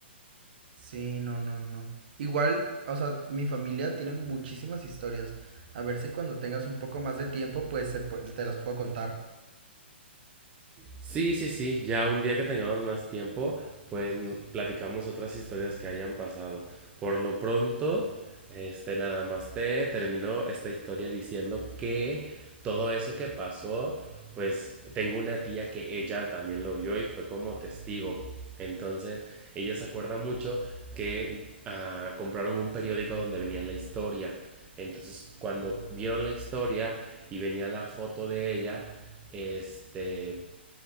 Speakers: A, on the right (about 55°); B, on the right (about 20°).
A: Sí, no, no, no. Igual, o sea, mi familia tiene muchísimas historias. A ver si cuando tengas un poco más de tiempo, pues se pu- te las puedo contar.
B: Sí, sí, sí, ya un día que tengamos más tiempo, pues nos platicamos otras historias que hayan pasado. Por lo pronto, este nada más te terminó esta historia diciendo que todo eso que pasó, pues tengo una tía que ella también lo vio y fue como testigo. Entonces, ella se acuerda mucho que ah, compraron un periódico donde venía la historia. Entonces, cuando vieron la historia y venía la foto de ella, este